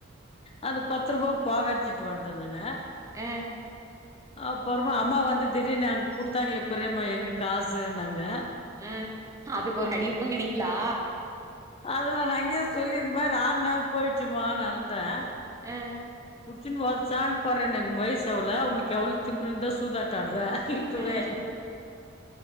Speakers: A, on the left; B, on the right.
A: அந்த பத்து ரூபா பாக அடிச்சுட்டு வன்டே நானு
B: ஆஹ்
A: அப்புறமா அம்மா வந்து திடீர்னு அங்க குடுத்தாங்களே பெரியம்மா எங்க காசுனாங்க
B: அஹ் அதுக்கு ஒரு அடி வாங்கினீங்களா
A: அது நா அங்கேயே சொல்லி இந்த மாதிரி ரானா போயிடுச்சுமானு அழுதே
B: அஹ்
A: சின்னு சா் பாறேன்னை வயசு எவ்வள அவனுக்கு உனக்கு எவ்வள திமிருந்த சூதாட்டாடுற இப்பவே
B: ஆ